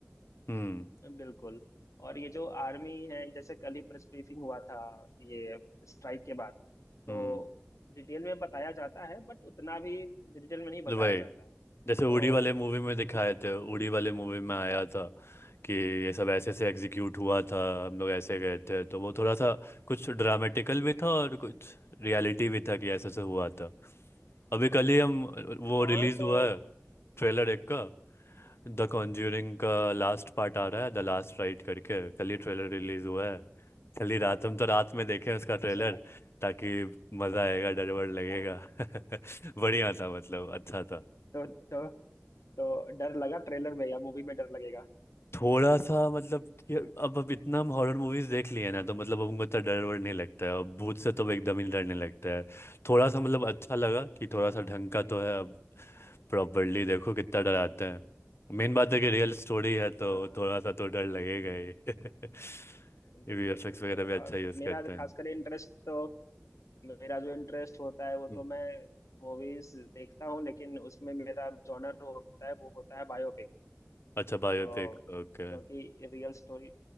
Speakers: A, on the left; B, on the left.
A: हम्म
B: बिल्कुल और ये जो आर्मी है जैसे कल ही प्रेस ब्रीफिंग हुआ था ये स्ट्राइक के बाद तो
A: हम्म
B: डिटेल में बताया जाता है बट उतना भी डिटेल में नहीं बताया
A: वही
B: जाता है
A: जैसे
B: तो
A: उड़ी वाले मूवी में दिखाए थे
B: हाँ
A: उड़ी वाले मूवी में आया था कि ये सब ऐसे ऐसे एग्जीक्यूट हुआ था हम लोग ऐसे गए थे तो वो थोड़ा सा कुछ ड्रामेटिकल भी था और कुछ रियलिटी भी था कि ऐसे ऐसे हुआ था अभी कल ही हम वो
B: हाँ
A: रिलीज
B: तो
A: हुआ है ट्रेलर एक का द कॉन्ज्यूरिंग का लास्ट पार्ट आ रहा है द लास्ट राइट करके कल ही ट्रेलर रिलीज हुआ है चलिए रात
B: हाँ
A: हम तो रात में देखें उसका
B: अच्छा
A: ट्रेलर ताकि मजा आएगा डर वर लगेगा
B: हाँ
A: <laughs> बढ़िया था मतलब अच्छा था
B: तो तो तो डर लगा ट्रेलर में या मूवी में डर लगेगा
A: थोड़ा सा मतलब कि अब अब इतना हम हॉरर मूवीज देख लिए ना तो मतलब अब उनको इतना डर वर नहीं लगता है अब भूत से तो एकदम ही डरने लगता है थोड़ा सा मतलब अच्छा लगा कि थोड़ा सा ढंग का तो है अब प्रॉपरली देखो कितना डराते हैं मेन बात है कि रियल स्टोरी है
B: हाँ
A: तो थोड़ा सा तो डर लगेगा
B: बिल्कुल
A: ही <laughs> वीएफएक्स
B: बिल्कुल
A: वगैरह भी अच्छा
B: और
A: यूज
B: मेरा
A: करते
B: जो
A: हैं
B: खासकर इंटरेस्ट तो मेरा जो इंटरेस्ट होता है वो
A: हम्म,
B: तो मैं मूवीज देखता हूँ लेकिन उसमें मेरा जॉनर होता है वो होता है बायोपिक
A: अच्छा biopic
B: तो
A: okay
B: क्योंकि रियल स्टोरी